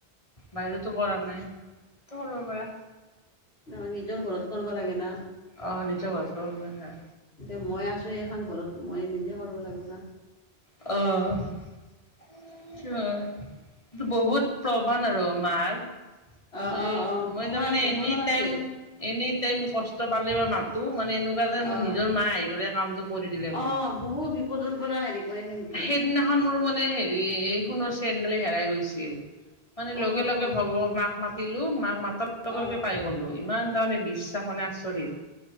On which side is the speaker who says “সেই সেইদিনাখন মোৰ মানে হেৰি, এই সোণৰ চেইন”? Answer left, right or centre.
Left